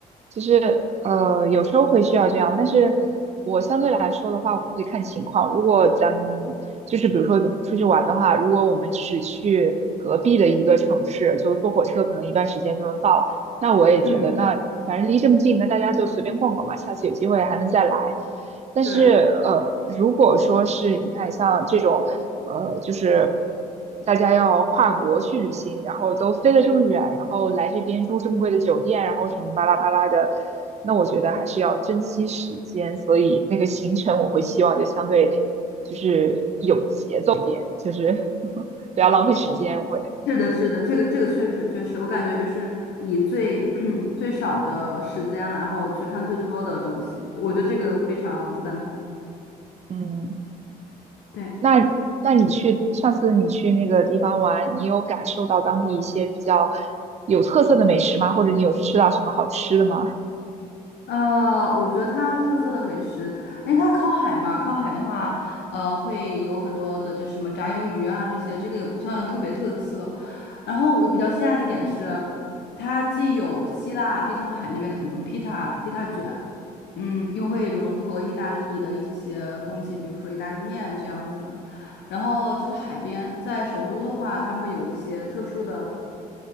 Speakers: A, on the right; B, on the left.
A: 就是呃，有时候会需要这样，但是我相对来说的话，我会看情况。如果咱们就是比如说出去玩的话，如果我们只是去隔壁的一个城市，就坐火车可能一段时间就能到。那我也觉得，
B: 嗯，
A: 那反正离这么近，那大家就随便逛逛嘛，下次有机会还能再来。但是呃，
B: 对，
A: 如果说是你看像这种，呃，就是大家要跨国去旅行，然后都飞了这么远，然后来这边住这么贵的酒店，然后什么巴拉巴拉的，那我觉得还是要珍惜时间。所以那个行程我会希望就相对就是有，就是 <laughs> 不要浪费时间，我会。
B: 是的，是的，这个这个确实确实，我感觉就是以最 <clears throat> 最少的时间，然后去看最多的东西，我觉得这个非常赞同。
A: 嗯。
B: 对。
A: 那那你去上次你去那个地方玩，你有感受到当地一些比较有特色的美食吗？或者你有吃到什么好吃的吗？
B: 呃，我觉得它特色的美食，因为它靠海嘛，靠海的话，呃，会有很多的，就什么炸鱿鱼啊这些，这个也不算特别特色。然后我比较惊讶的一点是，它既有希腊、地中海那边的，比如说披萨、披萨卷，嗯，又会融合意大利的一些风情，
A: 嗯
B: 比如说意大利面这样子。然后这是海边，在首都的话，它会有一些特殊的。